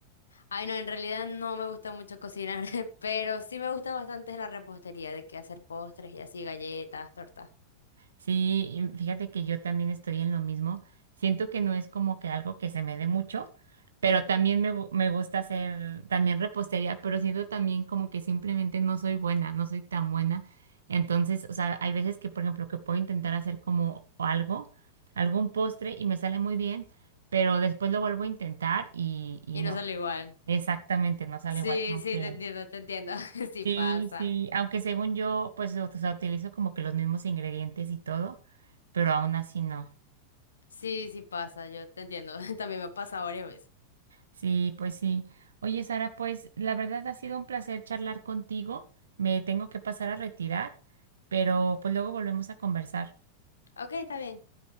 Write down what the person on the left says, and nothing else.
Ay, no, en realidad no me gusta mucho cocinar, <laughs> pero sí me gusta bastante la repostería, de que hacer postres y así, galletas, tortas.
Y
no sale igual.
Sí,
sí, te entiendo, te entiendo. <laughs> Sí
pasa.
Sí, sí pasa, yo te entiendo. <laughs> También me pasa varias veces.
Ok, está bien.